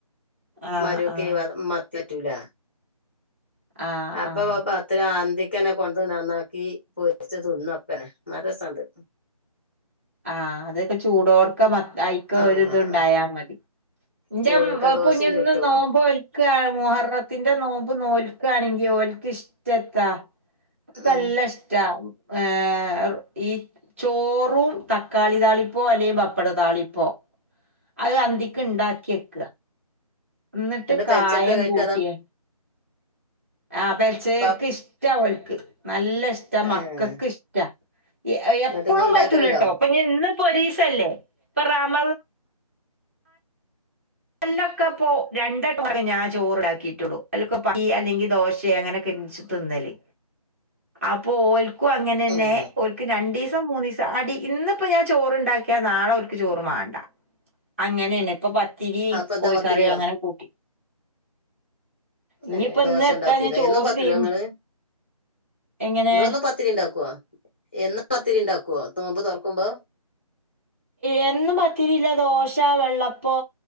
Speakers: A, on the right; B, on the left.
A: ആഹ്
B: മരോക്കെ
A: ആഹ്
B: മത്ത്യറ്റൂല
A: ആഹ്
B: അപ്പൊ
A: ആഹ്
B: അത്ര അന്തിക്കനെ കൊണ്ട് നന്നാക്കി പൊരിച്ച തിന്നപ്പനെ മര രസുണ്ട് <inaudible>
A: ആഹ് അതൊക്കെ ചൂടോർക്ക മ അയിക്ക
B: ആഹ്
A: ഒരു ഇത്ണ്ടായാ മതി ന്റെ
B: ചൂടൊടുക്ക ദോശയും
A: കുഞ്ഞ
B: ചുട്ടു
A: നിന്ന് നോമ്പോ ൽക്ക മുഹറത്തിന്റെ നോമ്പ് നോൽക്കയാണെങ്കി ഓൽക്ക് ഇഷ്ടത്താ അവക്ക്ല്ലാം
B: ഉം
A: ഇഷ്ടാ ഏഹ് ഈ ചോറും തക്കാളി താളിപ്പോ അല്ലെങ്കിൽ പപ്പട താളിപ്പോ അത് അന്തിക്കണ്ടാക്കി വെക്ക ന്നട്ട്
B: എന്നിട്ട്
A: കായം
B: പെലച്ചക്ക കഴിക്കാതെ
A: കൂട്ടിയേ ആഹ് പെൽച്ചക്കക്ക്
B: പ
A: ഇഷ്ട ഒൽക്ക് നല്ല ഇഷ്ടാ മക്കക്ക്
B: ഏഹ്
A: ഇഷ്ട എ
B: എന്നിട്ട്
A: എപ്പഴും
B: ഇങ്ങള് ഇണ്ടാക്കലുണ്ടോ
A: പറ്റൂല ട്ടോ അപ്പൊ ഇഞ് ഇന്ന് പോരീസ തല്ലേ പ്പോ റമ അല്ലൊക്കെ ഇപ്പോ രണ്ടക്കെ ഞാ ചോറ്ടാക്കിയിട്ടുള്ളു അല്ലൊക്കെ പ അല്ലെങ്കിൽ ദോശ അങ്ങനെയൊക്കെ തിന്നല് അപ്പൊ ഓൽക്കും അങ്ങനന്നെ
B: ഉം
A: ഓൽക്ക് രണ്ടീ - ണ്ടീസൊ മൂന്നസം അടി ഇന്നിപ്പോ ഞാൻ ചോറുണ്ടാക്കിയാ നാളെ ഓർക് ചോറ് മാണ്ട അങ്ങനെയന്ന ഇപ്പൊ പത്തിരി
B: അപ്പൊ എന്താ
A: കോഴിക്കറി
B: പത്തിരിയോ
A: അങ്ങനെ കൂട്ടി ഇനിയിപ്പോ
B: ഏയ് ദോശ
A: ഇന്ന് എത്താ
B: ഉണ്ടാക്കക്ക
A: ഞാൻ ചോറ്
B: എന്നും പത്തിട
A: ചെയ്യും
B: ങ്ങള്
A: എങ്ങനെ
B: ങ്ങളൊന്നും ത്തിരി ഉണ്ടാക്കുവോ എന്നും പത്തിരി ഉണ്ടാക്കുവോ നോമ്പ് തോറക്കുമ്പോ
A: എന്നും പത്തിരില്ല ദോശ വെള്ളപ്പോ